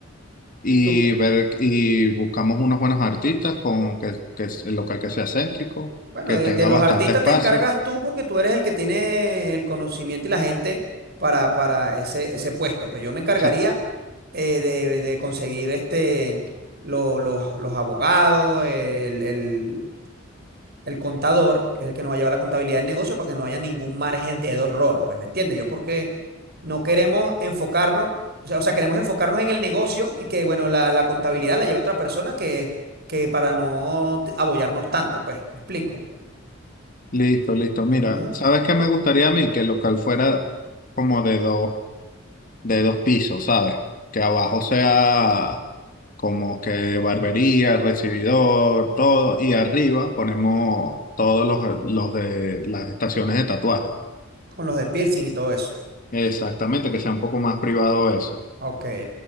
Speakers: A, on the left; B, on the right.
A: y
B: Tú,
A: ver y buscamos unos buenos artistas con que, que es el local que sea céntrico,
B: bueno,
A: que
B: de,
A: tenga
B: de los
A: bastante
B: artistas
A: espacio.
B: te encargas tú porque tú eres el que tiene el conocimiento y la gente para, para ese, ese puesto. Pues yo me encargaría
A: Sa-
B: eh, de, de conseguir este, lo- los los abogados, el el el contador, que es el que nos va a llevar la contabilidad del negocio, para que no haya ningún margen de error, pues, ¿me entiendes? Yo porque no queremos enfocarnos, o sea, o sea, queremos enfocarnos en el negocio y que, bueno, la, la contabilidad la lleve otra persona que, que para no te- abollarnos tanto, pues, ¿me explico?
A: listo, listo. Mira,
B: Ujú.
A: ¿sabes qué me gustaría a mí? Que el local fuera como de dos, de dos pisos, ¿sabes? Que abajo sea como que barbería, recibidor, todo, y arriba ponemos todos los, los de las estaciones de tatuaje.
B: Con los de piercing y todo eso.
A: Exactamente, que sea un poco más privado eso.
B: Ok,